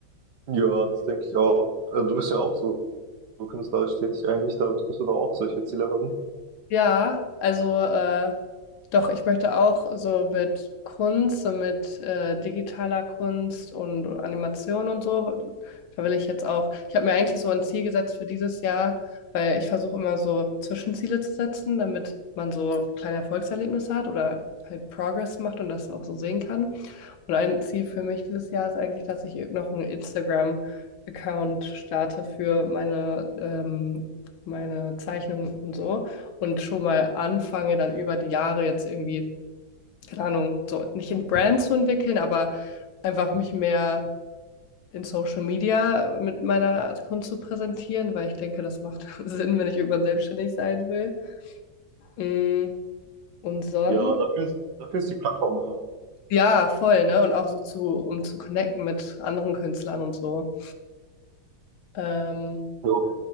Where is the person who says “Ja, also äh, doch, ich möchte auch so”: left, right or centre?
Left